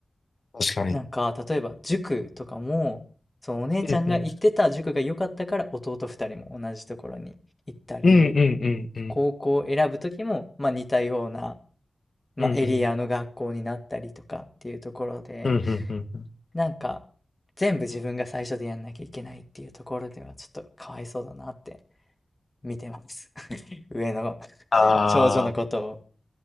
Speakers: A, on the left; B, on the left.
A: 確かに。
B: なんか例えば塾とかも、そのお姉ちゃんが行ってた塾が良かったから弟2人も同じところに行ったり、
A: うんうんうんうんうんうん。
B: 高校を選ぶ時も、まあ似たような、まあエリアの学校になったりとかっていうところで、
A: うんうん。うんうんうんうん。
B: なんか全部自分が最初でやんなきゃいけないっていうところではちょっとかわいそうだなって見てます。<laughs> 上の <laughs>
A: あ
B: 長女のことを。